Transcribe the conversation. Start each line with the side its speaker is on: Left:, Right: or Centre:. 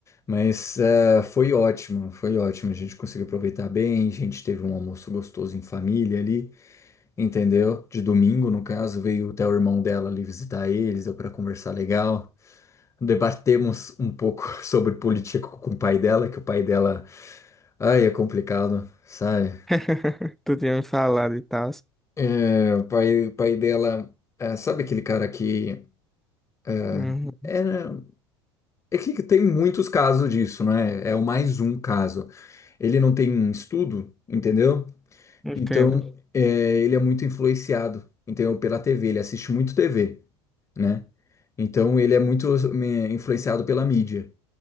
Left: Mas ah, foi ótimo, foi ótimo. A gente conseguiu aproveitar bem, a gente teve um almoço gostoso em família ali. entendeu? De domingo, no caso, veio até o irmão dela ali visitar eles, deu para conversar legal. Debatemos um pouco <laughs> sobre política com o pai dela, que o pai dela, ai, é complicado, sabe?
Centre: <laughs> Tu tinha me falado e tal.
Left: É, o pai, o pai dela, é, sabe aquele cara que é,
Centre: Uhum,
Left: era- é que tem muitos casos disso, né? É o mais um caso. Ele não tem estudo, entendeu?
Centre: entendo.
Left: Então, é, ele é muito influenciado, entendeu? Pela TV, ele assiste muito TV, né? Então ele é muito me- influenciado pela mídia.